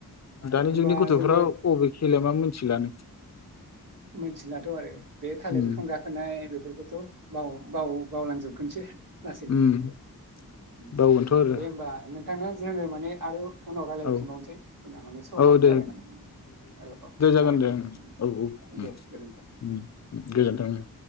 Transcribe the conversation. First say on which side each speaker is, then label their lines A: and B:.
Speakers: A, on the left (about 45°); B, on the right (about 60°).
A: दानि
B: होमबा
A: जुगनि गथ'फ्रा
B: जोङो
A: अबे खेलाया मा मिथिलानो।
B: मोनथिलाथ' आरो बे थालिर
A: उम
B: बिफां गाखोनाय बेफोरखौथ' बावो। बावो बावलांजोबगोनसो। लासैनो।
A: उम
B: उम
A: बावगोनथ'
B: उम
A: आरो
B: दे होमबा नोंथाङा जोङो माने आरो फनाव रायलायफिनबावनोसै
A: औ
B: जोंना माने समाबो
A: औ दे
B: जाबाय नामा औ औ
A: दे
B: जागोन
A: दे ओं औ औ
B: दे।
A: उम
B: गोजोन्थों
A: उम गोजोनथों ओं।